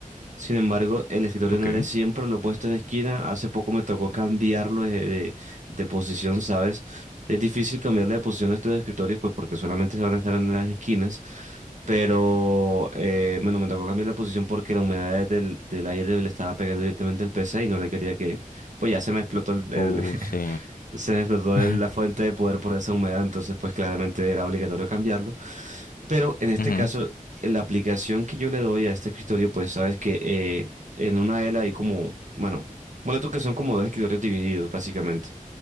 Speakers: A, on the right (about 60°); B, on the left (about 85°).
A: Sin embargo, el escritorio
B: Ok.
A: no era siempre lo he puesto en esquina. Hace poco me tocó cambiarlo de, de- de posición, ¿sabes? Es difícil cambiarle de posición a estos escritorios, pues porque solamente se van a estar en las esquinas. Pero eh, bueno, me tocó cambiar la posición porque la humedad del, del aire le estaba pegando directamente al PC y no le quería que. Pues ya se me explotó el, el-
B: Uh, sí.
A: <laughs> se me explotó
B: <laughs>
A: el- la fuente de poder por esa humedad. Entonces, pues claramente era obligatorio cambiarlo. Pero en este
B: Ujú,
A: caso, la aplicación que yo le doy a este escritorio, pues sabes que eh, en una de él hay como, bueno, bueno, tú que son como dos escritorios divididos, básicamente.